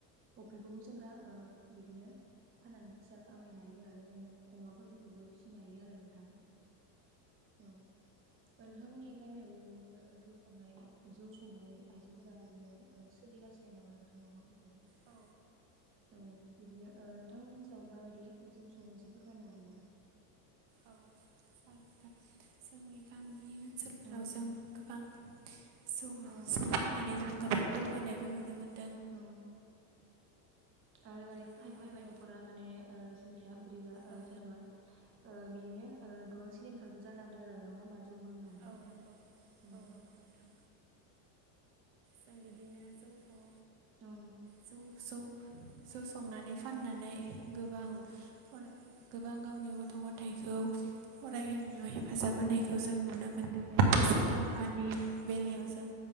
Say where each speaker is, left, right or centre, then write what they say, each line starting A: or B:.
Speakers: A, on the right; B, on the right.
A: अफ्रिखौबो जोंरा ओ बिदिनो फाननानै फैसा खामायनो हायो आरो जों अमाफोरखौबो फिनो हायो आरो। थां औ नोंथांमोननि गामियावबो बिदिनो जौ संनाय जौ संनानै आइजोफोरा बिदिनो सोलिगा सिनो नामा नोंथां न'खरफोरखौ?
B: औ।
A: औ बिदिनो ओ नोंथांमोननि ओनसोलाव माबायदि जौ सङो एसे फोरमायनो हागोन ना?
B: औ जागोन जोंनि गामि ओनसोलफोराव
A: औ
B: जों गोबां जौ
A: औ
B: जौ फाननानै जों गोबां जौगानायबो नुनो मोनो।
A: औ। आरो माने
B: जों
A: खायफा
B: गोबानाय
A: खायफा न'खरा माने ओ जोंनिया बोरैबा ओ
B: औ
A: जेन'बा ओ बिदिनो ओ गोबां सिलिंखारबो जालांदों आरो, नङा होमबा? जौ लोंनानै
B: औ नंगौ
A: औ।
B: नंगौ नोंथां जों बिदिनो जौखौ।
A: औ
B: जौ जौ जौ संनानै फाननानै गोबां
A: औ
B: फराय गोबां गावनि गथ' गथायखौ फरायहोनायाव हेफा फाजाब होनायखौ जों नुनो मोन्दों फैसा थाखानि बेलायाव
A: औ
B: जों